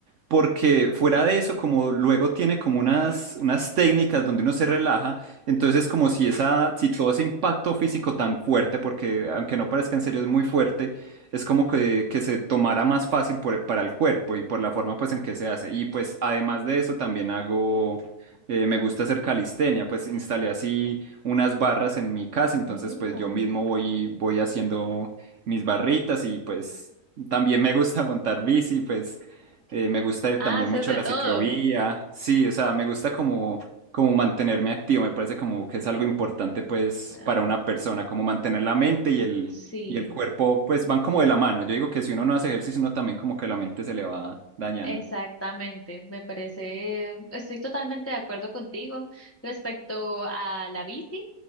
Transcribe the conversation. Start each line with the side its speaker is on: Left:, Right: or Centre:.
Right: porque fuera de eso, como luego tiene como unas, unas técnicas donde uno se relaja, entonces es como si, esa, si todo ese impacto físico tan fuerte, porque aunque no parezca en serio es muy fuerte, es como que, que se tomara más fácil por- para el cuerpo y por la forma pues en que se hace. Y pues además de eso también hago, eh, me gusta hacer calistenia, pues instalé así unas barras en mi casa, entonces
Left: Oh.
Right: pues yo mismo voy, voy haciendo mis barritas y pues también me gusta <laughs> montar bici, pues eh, me gusta
Left: Ah,
Right: también
Left: haces
Right: mucho
Left: de
Right: la
Left: todo.
Right: ciclovía, sí, o sea, me gusta como... como mantenerme activo, me parece como que es algo importante pues
Left: Ah,
Right: para una persona, como mantener la mente y el,
Left: Sí,
Right: y el cuerpo, pues van como de la mano. Yo digo que si uno no hace ejercicio, uno también como que la mente se le va dañando.
Left: exactamente. Me parece, estoy totalmente de acuerdo contigo respecto a la bici.